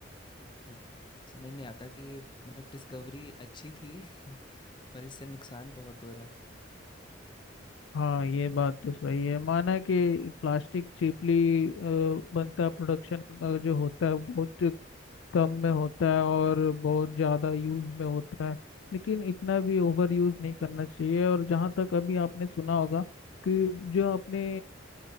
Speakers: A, on the left; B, on the left.
A: लाइक समझ नहीं आता कि ये, मतलब डिस्कवरी अच्छी थी <laughs> पर इससे नुकसान बहुत हो रहा है
B: हाँ ये बात तो सही है माना कि प्लास्टिक चीपली बनता प्रोडक्शन जो होता है बहुत कम में होता है और बहुत ज़्यादा यूज में होता है लेकिन इतना भी ओवर यूज नहीं करना चाहिए और जहाँ तक अभी आपने सुना होगा कि जो अपने